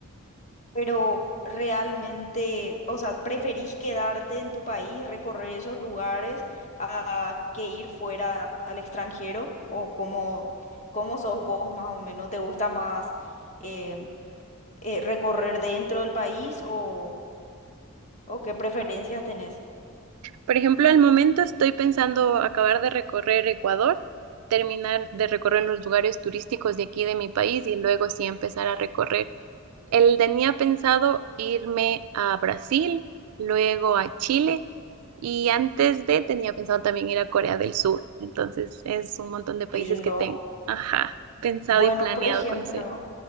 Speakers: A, on the left; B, on the right.
A: Pero realmente, o sea, ¿preferís quedarte en tu país, recorrer esos lugares, a que ir fuera al extranjero? ¿O cómo, cómo sos vos más o menos? ¿Te gusta más em, eh, recorrer dentro del país o, o qué preferencias tenés?
B: Por ejemplo, al momento estoy pensando acabar de recorrer Ecuador, terminar de recorrer los lugares turísticos de aquí de mi país y luego sí empezar a recorrer. El tenía pensado irme a Brasil, luego a Chile y antes de tenía pensado también ir a Corea del Sur. Entonces es un montón de países
A: Lindo.
B: que tengo, ajá, pensado
A: Bueno,
B: y planeado
A: por ejemplo,
B: conocer.